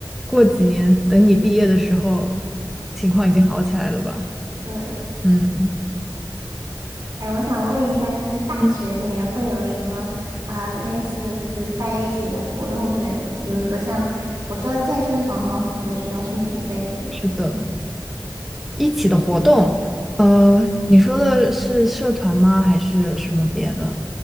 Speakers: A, in the centre; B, on the right (about 60°).
A: 过几年，等你毕业的时候，情况已经好起来了吧？
B: 对，
A: 嗯
B: 哎，我想问一下，就是大学里面会有什么呃类似就是大家一起的活动之类的吗？
A: 嗯，
B: 比如说像我知道健身房好像很多学校是免费的，
A: 是的，一起的活动，呃，你说的是社团吗？还是什么别的？